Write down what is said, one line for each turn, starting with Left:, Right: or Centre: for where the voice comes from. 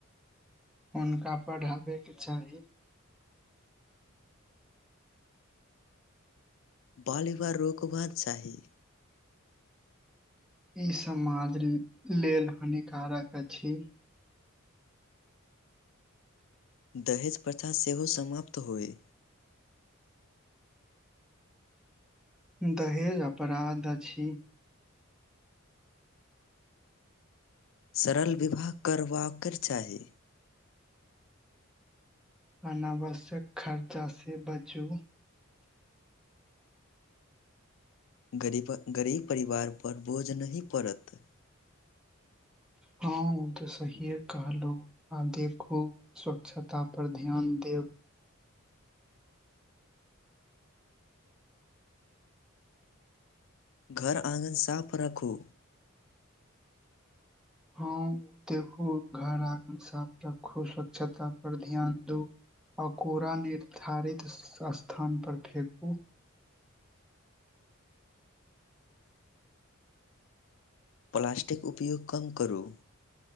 Centre: हुनका पढ़ाबयके चाही
Left: बाल बिबाह रोकबाक चाही
Centre: ई समाज लेल हानिकारक अछि
Left: दहेज प्रथा सेहो समाप्त होइ
Centre: दहेज अपराध अछि
Left: सरल विवाह करबाक चाही
Centre: अनावश्यक खर्चा से बचू
Left: गरीब गरीब परिवार पर बोझ नहि पड़त
Centre: हँ उ तऽ सहीये कहलु आ देखू स्वच्छता पर ध्यान देब
Left: घर आङ्गन साफ रखू
Centre: हँ देखू घर आंगन साफ रखू स्वच्छता पर ध्यान दू आ कोरा निर्धारित स्थान पर फेेकू
Left: प्लास्टिक उपयोग कम करू